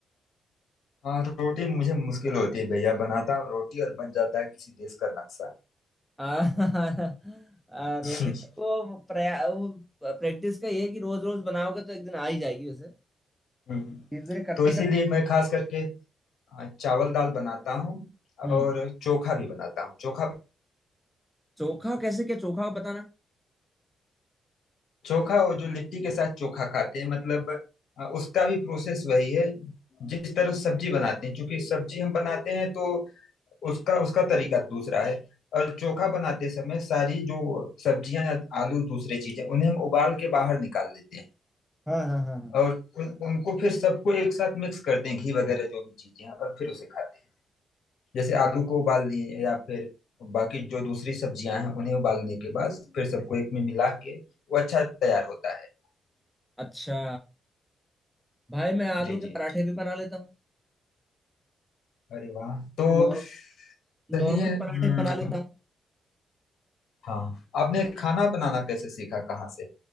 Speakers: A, on the left; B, in the centre.
A: हाँ रोटी मुझे मुश्किल होती है भैया बनाता हूँ रोटी और बन जाता है किसी देश का नक्शा
B: आ, <laughs> आ,
A: <laughs>
B: रोटी वो प्रया वो प्रैक्टिस का ये है कि रोज रोज बनाओगे तो एक दिन आ ही जाएगी वैसे
A: हम्म,
B: धीरे धीरे करते
A: तो इसीलिए
B: करते
A: मैं खास करके अ, चावल दाल बनाता हूँ
B: हम्म
A: और चोखा भी बनाता हूँ चोखा
B: चोखा कैसे क्या चोखा बताना
A: चोखा वो जो लिट्टी के साथ चोखा खाते हैं मतलब अ, उसका भी प्रोसेस वही है जिस तरह सब्जी बनाते हैं क्योंकि सब्जी हम बनाते हैं तो उसका उसका तरीका दूसरा है और चोखा बनाते समय सारी जो सब्जियां या आलू दूसरी चीजें उन्हें हम उबाल के बाहर निकाल लेते हैं
B: हाँ हाँ हाँ हाँ
A: और उन, उनको फिर सबको एक साथ मिक्स करते हैं घी वगैरह जो भी चीजें हैं और फिर उसे खाते हैं जैसे आलू को उबाल लिए या फिर बाकी जो दूसरी सब्जियां हैं उन्हें उबालने के बाद फिर सबको एक में मिला के वो अच्छा तैयार होता है
B: अच्छा भाई मैं आलू
A: जी
B: के
A: जी
B: पराठे भी बना लेता हूँ
A: अरे वाह तो
B: नॉर्म
A: सही
B: नॉर्मल
A: है हम्म,
B: पराठे बना लेता हूँ
A: हाँ आपने खाना बनाना कैसे सीखा कहाँ से